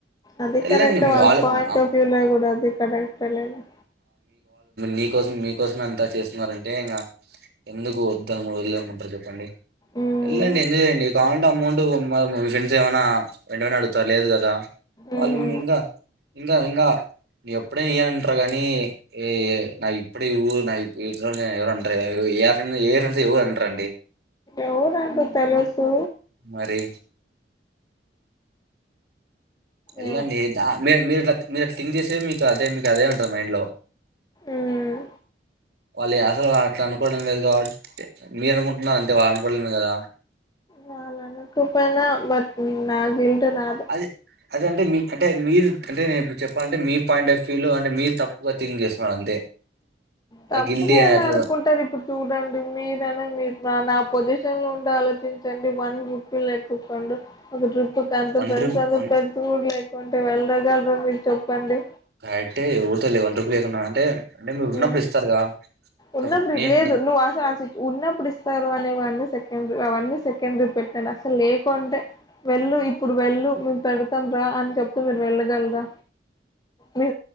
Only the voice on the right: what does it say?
ఎళండి
<unintelligible>
ఆళ్ళ
నీ కోసం మీ కోసం ఎంత చేస్తున్నరంటే ఇంగ ఎందుకు ఇద్దరు ఊళ్లే ఏమ్మంటారు చెప్పండి <inaudible>
ఎళ్ళండి ఎంజయ్ చేయండి కావలంటే అమౌం ప్పుడు మా మీ ఫ్రెండ్స్ ఏమైనా వెంటనే అడుతారు లేదు కదా వాళ్ళు
ఇంకా ఇంగ ఇంగ ఎప్పట్ ట్నే ఇయ్యి అంటారు కానీ యి నాకు ఇప్పుడే ఇవ్వు <unintelligible> ఎవరు అంటారు ఏ ఫ్రెండ్ ఏ ఫ్రెం ఏవరు అంట్రాండి
మరి ఎలండి
దా మీ మీరిట్ల మీరు అది థింక్ చేసే మీకు అదే మీకు అదే ఉంటది మైండ్ లో
వాళ్ళే అసలు అట్లా అనుకోవడం లేదు కాబట్ మీరు అనుకుంటున్నారు అంతే వాళ్ళు అనుకోవడం లేదు కదా
అది అదే అంటే మీ అంటే మీరు అంటే నేను ఇప్పుడు చెప్పాలంటే మీ పాయింట్ ఆఫ్ వ్యూ లో అంటే మీరు తప్పుగా థింక్ చేస్తున్నారు అంతే
ఆ గిల్టీ
అట్లా
వన్
రూపీ వన్
కరెక్ట్ ఎ ఊత లే వన్ రూపులు లేకున్నా అంటే అంటే మీరు
ఉన్నప్పుడు ఇస్తారుగా సపోజ్
నే
నే